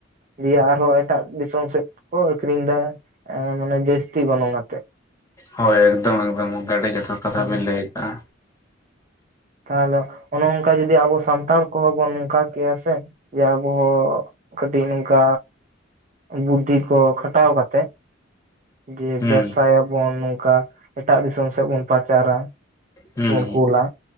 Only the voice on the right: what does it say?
ᱫᱤᱭᱮ ᱟᱨᱦᱚᱸ ᱮᱴᱟᱜ ᱫᱤᱥᱚᱢ ᱥᱮᱫ ᱠᱚ ᱟᱹᱷᱨᱤᱧ ᱮᱫᱟ᱾ ᱢᱟᱱᱮ ᱡᱟᱹᱥᱛᱤ ᱜᱚᱱᱚᱝ ᱟᱛᱮ᱾
ᱚ
ᱛᱟᱦᱚᱞᱮ ᱚᱱᱮ ᱚᱱᱠᱟ ᱡᱩᱫᱤ ᱟᱵᱚ ᱥᱟᱱᱛᱟᱲ ᱠᱚᱦᱚᱸ ᱵᱚᱱ ᱱᱚᱝᱠᱟ ᱠᱮᱭᱟ ᱥᱮ ᱡᱮ ᱟᱵᱚ ᱦᱚᱸ ᱠᱟᱹᱴᱤᱡ ᱱᱚᱝᱠᱟ ᱵᱩᱫᱽᱫᱷᱤ ᱠᱚ ᱠᱷᱟᱴᱟᱣ ᱠᱟᱛᱮᱜ ᱡᱮ
ᱵᱮᱵᱥᱟᱭᱟᱵᱚᱱ ᱱᱚᱝᱠᱟ ᱮᱴᱟᱜ ᱫᱤᱥᱚᱢ ᱥᱮᱫ ᱵᱚᱱ ᱯᱟᱪᱟᱨᱟ᱾
ᱥᱮ ᱵᱚᱱ ᱠᱩᱞᱟ